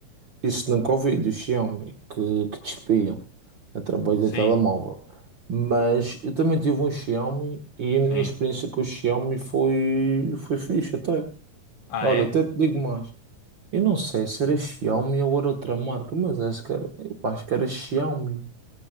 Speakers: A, on the right; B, on the left.
A: isso nunca ouvi do Xiaomi que, que te espiam através
B: sim,
A: do telemóvel. Mas eu também tive um Xiaomi e a
B: sim.
A: minha experiência com o Xiaomi foi, foi fixe até.
B: Ah,
A: Olha,
B: é?
A: até te digo mais. Eu não sei se era Xiaomi ou era outra marca, mas acho que era, eu acho que era Xiaomi.